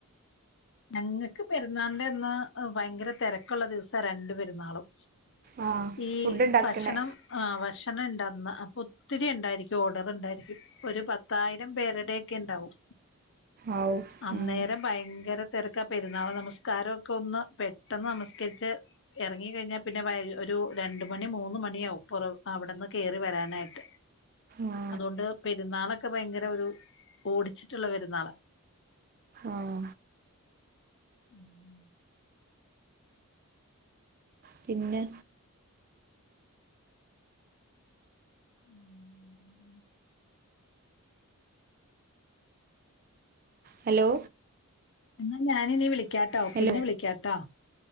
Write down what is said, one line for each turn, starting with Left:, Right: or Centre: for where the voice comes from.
Left: ഞങ്ങക്ക് പെരുന്നാളിന്റെ അന്ന് ഭയങ്കര തിരക്കുള്ള ദിവസാ രണ്ട് പെരുന്നാളും
Right: ആ
Left: ഈ
Right: ഫുഡ് ഉണ്ടാക്കണേ
Left: ഭക്ഷണം ആ ഭക്ഷ ഭക്ഷണം ഉണ്ടന്ന അപ്പൊ ഒത്തിരി ഉണ്ടായിരിക്കും ഓർഡർ ഉണ്ടായിരിക്കും ഒരു പത്തായിരം പേരുടെക്കെ ഉണ്ടാവും
Right: ആവൂ
Left: അന്നേരം
Right: ഉം
Left: ഭയങ്കര ക്ക പെരുന്നാള നമസ്കാരം ഒക്കെ ഒന്ന് പെട്ടെന്ന് നമസ്കരിച്ച് ഇറങ്ങ കഴിഞ്ഞാൽ പിന്നെ ഒരു രണ്ട മണി മൂന്ന് മണിയാവും പുറവ അവിടെന്ന് കയറി വരാനായിട്ട്
Right: ആ
Left: അതുകൊണ്ട് പെരുന്നാള ക്ക ഭയങ്കര ഒരു ഓടിച്ചിട്ടുള്ള പെരുന്നാള
Right: ആഹ
Left: ഉം
Right: പിന്നെ
Left: ഉം
Right: ഹലോ
Left: എന്നാ ഞാനിനീ വിളിക്കാട്ടോ
Right: ഹലോ
Left: പിന്നെ വിളിക്കാട്ടോ